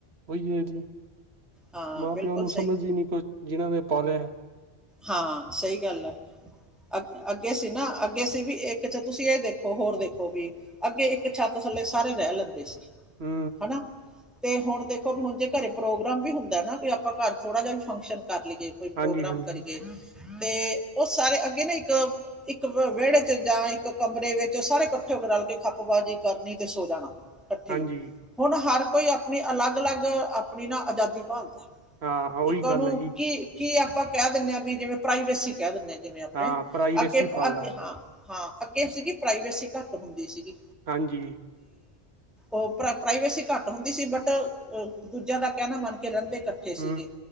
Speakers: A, on the right; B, in the centre.
A: ਉਹੀ ਜੀ।
B: ਹਾਂ
A: ਮਾਂ
B: ਬਿਲਕੁਲ
A: ਪਿਓ ਨੂੰ
B: ਸਹੀ
A: ਸਮਝ ਹੀ ਨਹੀਂ, ਕੁਛ ਜਿਹਨਾਂ ਨੇ ਪਾਲਿਆ ਐ।
B: ਹਾਂ, ਸਹੀ ਗੱਲ ਐ। ਅ ਅੱਗੇ ਸੀ ਨਾ ਅੱਗੇ ਸੀ ਵੀ ਇੱਕ ਚ ਤੁਸੀਂ ਇਹ ਦੇਖੋ ਹੋਰ ਦੇਖੋ ਵੀ ਅੱਗੇ ਇੱਕ ਛੱਤ ਥੱਲੇ ਸਾਰੇ ਰਹਿ ਲੈਂਦੇ ਸੀ
A: ਹੂੰ।
B: ਹਨਾ ਤੇ ਹੁਣ ਦੇਖੋ ਵੀ ਹੁਣ ਜੇ ਘਰੇ ਪ੍ਰੋਗਰਾਮ ਵੀ ਹੁੰਦਾ ਨਾ ਆਪਾਂ ਘਰ ਥੋੜ੍ਹਾ ਜਿਹਾ ਵੀ ਫੰਕਸ਼ਨ ਕਰ ਲਈਏ ਕੋਈ ਪ੍ਰੋਗਰਾਮ
A: ਹਾਂਜੀ ਹਾਂਜੀ
B: ਕਰਕੇ। ਤੇ ਉਹ ਸਾਰੇ ਅੱਗੇ ਨਾ ਇੱਕ-ਇੱਕ ਵਿਹੜੇ ਚ ਜਾਂ ਇੱਕ ਕਮਰੇ ਵਿੱਚ ਸਾਰੇ ਇਕੱਠੇ ਹੋ ਕੇ ਰਲ ਕੇ ਖੱਪਬਾਜੀ ਕਰਨੀ ਤੇ ਸੋ ਜਾਣਾ। ਇਕੱਠ
A: ਹਾਂਜੀ
B: ਹੁਣ ਹਰ ਕੋਈ ਆਪਣੀ ਅਲੱਗ ਅਲੱਗ ਆਪਣੀ ਨਾ ਆਜ਼ਾਦੀ ਭਾਲਦਾ।
A: ਹਾਂ, ਉਹੀ
B: ਇੱਕ ਉਹਨੂੰ
A: ਗੱਲ ਹੈ ਜੀ।
B: ਕੀ ਕੀ ਆਪਾਂ ਕਹਿ ਦਿੰਦੇ ਆ ਵੀ ਜਿਵੇਂ ਪ੍ਰਾਈਵੇਸੀ ਕਹਿ ਦਿੰਦੇ ਹਾਂ। ਜਿਵੇਂ ਆਪਣੇ
A: ਹਾਂ ਪ੍ਰਾਈਵੇਸੀ
B: ਅੱਗੇ
A: ਪਾਲਦਾ
B: ਅੱਗੇ ਹਾਂ। ਹਾਂ, ਅੱਗੇ ਸੀਗੀ ਪ੍ਰਾਈਵੇਸੀ ਘੱਟ ਹੁੰਦੀ ਸੀਗੀ।
A: ਹਾਂਜੀ।
B: ਓ ਪ੍ਰਾਈਵੇਸੀ ਘੱਟ ਹੁੰਦੀ ਸੀ। ਬਟ ਦੂਜਿਆਂ ਦਾ ਕੈਣਾ ਮੰਨਕੇ ਰੇਂਦੇ। ਕੱਠੇ
A: ਹੂੰ
B: ਸੀਗੇ।